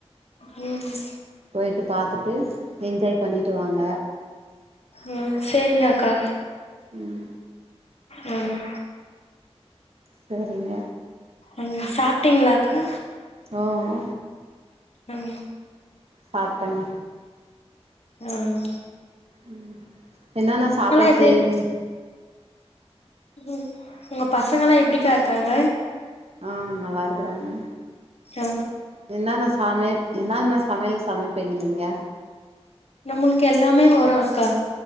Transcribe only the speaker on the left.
ம்
ம் சேரிங்கக்கா
ம்
ம் சாட்டீங்ளாக்கா
ம்
ம்
எப்டி
இருக்கு ம் உங்க பசங்கள்லா எப்டிக்கா இருக்காங்க
ஆ
நம்ளுக்கு எல்லாமே வரும் அக்கா